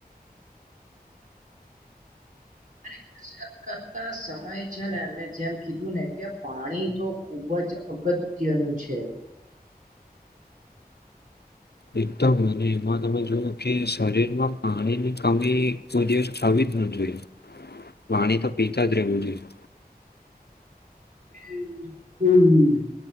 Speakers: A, on the right (about 55°); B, on the left (about 85°).
A: <inaudible> <inaudible> કસરત કરતા સમય છે ને મે જેમ કીધું ને કે પાણી તો ખુબ જ અગત અત્યનું છે
B: એકદમ અને એમાં તમે જોુવ કે શરીરમાં પાણી ની કમી કો દિવવી જો વાણી તો પીતા જ રહેવું જોઈએ
A: હ હમ